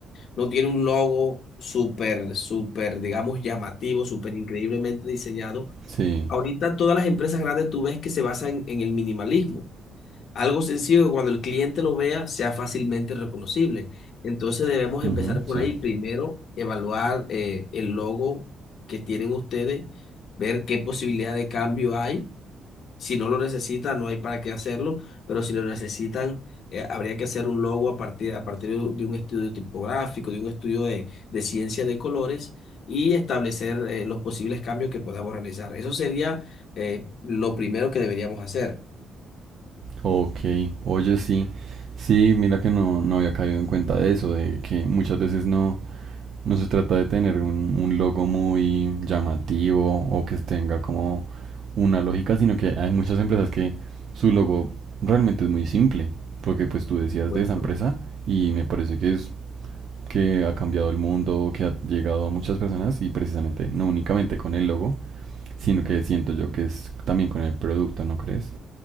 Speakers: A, on the left; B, on the right.
A: no tiene un logo súper, súper, digamos, llamativo, súper increíblemente diseñado.
B: sí,
A: Ahorita todas las empresas grandes tú ves que se basan en, el minimalismo. Algo sencillo que cuando el cliente lo vea sea fácilmente reconocible. Entonces debemos
B: ujú,
A: empezar por
B: sí.
A: ahí. Primero, evaluar eh, el logo que tienen ustedes, ver qué posibilidad de cambio hay si no lo necesitan, no hay para qué hacerlo, pero si lo necesitan, eh, habría que hacer un logo a partir, a partir de un de un estudio tipográfico, de un estudio de, de ciencia de colores y establecer eh, los posibles cambios que podamos realizar. Eso sería eh, lo primero que deberíamos hacer.
B: Ok, oye, sí. Sí, mira que no, no había caído en cuenta de eso, de que muchas veces no, No se trata de tener un, un logo muy llamativo o que tenga como una lógica, sino que hay muchas empresas que su logo realmente es muy simple, porque pues tú decías
A: supuesto
B: de esa empresa y me parece que es que ha cambiado el mundo, que ha llegado a muchas personas y precisamente no únicamente con el logo, sino que siento yo que es también con el producto, ¿no crees?